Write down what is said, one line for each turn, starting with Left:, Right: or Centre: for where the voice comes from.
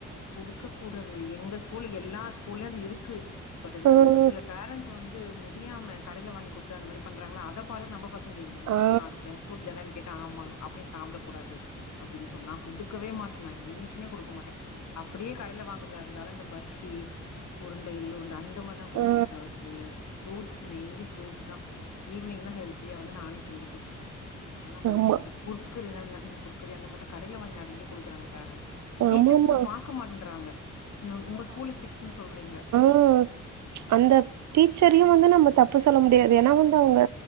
Left: குடுக்க கூடாது எங்க ஸ்கூல எல்லா ஸ்கூல்லயு அது இருக்கு பட் இந்த
Right: ம்
Left: ஒரு சில பேரண்ட்ஸ் வந்து முடியாம கடையில வாங்கி குடுத்து அந்த மாரி பண்றாங்களா அத பாத்துட் நம்ப பசங் க கேக்குது நா
Right: ஆ
Left: சொன்ன அது ஜங்க் ஃபுட் தானன் கேட் தா மான்னுவா அப்டியே சாப்டக் கூடாது அப்டின் சொல்லா குடுக்கவே மாட்டே நா என்னைக்குமே குடுக்க மாட்டே அப்டியே கடைல வாங்குறதா இருந்தாலு இந்த பர்பி உருண்டை எல்ரூண்ட அந் அத மார்தா குடுப்பனே
Right: ஆ
Left: தவர்த்து ஃப்ரூட்ஸ் மெயின்லி ஃப்ரூட்ஸ் தா ஈவ்னிங்னா ஹெல்த்தியா வந்து நானே செஞ்சி குடுத்துருவே நாலா குடுக்கவே
Right: ஆமா
Left: மாட்டே குர்குரே தான இந்த குர்குரே அந்த மார் தா கடையில வாங்கி நெறைய குடுக்குறாங்க பேரன்ட்ஸ் டீச்சர்ஸ்
Right: ஆமாமா
Left: வந்து பாக்க மாட்டன்றாங்க இன்னொன் உங்க ஸ்கூல ஸ்ட்ரிக்ட்ன் சொல்றீங்க
Right: போ அந்த டீச்சரையு வந்து நம்ம தப்பு சொல்ல முடியாது ஏனா வந்து அவுங்க